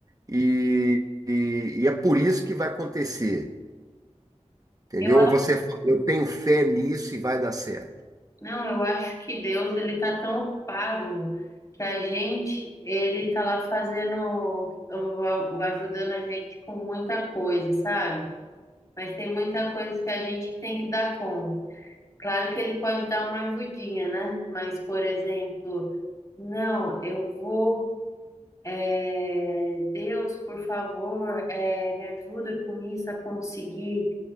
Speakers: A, on the right; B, on the left.
A: e, e e é por isso que vai acontecer. Entendeu?
B: Eu
A: Ou você fala, eu tenho fé nisso e vai dar certo.
B: Não, eu acho que Deus ele tá tão ocupado que a gente ele tá lá fazendo, o- ajudando a gente com muita coisa, sabe? Mas tem muita coisa que a gente que tem que dar conta. Claro que ele pode dar uma ajudinha, né? Mas, por exemplo, não, eu vou, é, Deus, por favor, é, me ajuda com isso a conseguir.